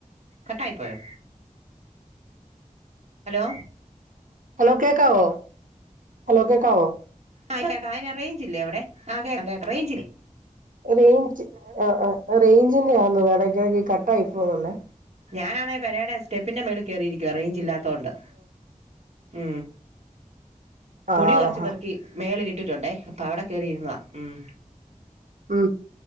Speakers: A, on the right; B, on the right.
A: കട്ടായി പോയോ ഹലോ
B: ഹലോ കേക്കാവോ ഹലോ കേക്കാവോ
A: ആ് കേക്കാം അയിന് റേഞ്ചില്ലേ അവിടെ ആ കേക്കാം കേക്ക റേഞ്ചില്ലേ
B: റേഞ്ച് ആ ആ റേഞ്ചിന്റെ ആന്ന നടടക്കിടക്ക് കട്ട് ആായി പോന്നല്ലേ
A: ഞാനാണ പരയുടെ സ്റ്റെപ്പിന്റെ മേൽ കയറിയിരിക്കുവ റേഞ്ച് ഇല്ലാത്തോൊണ്ട് ആഹ
B: ആ
A: തുണി
B: ആണോ
A: കുറച്ചു പേർക്ക് മേളില ഇട്ടിട്ടുണ്ടേ അപ്പൊ അവിടെ കേയറിയിരുന്നതാ ഉം
B: ഉ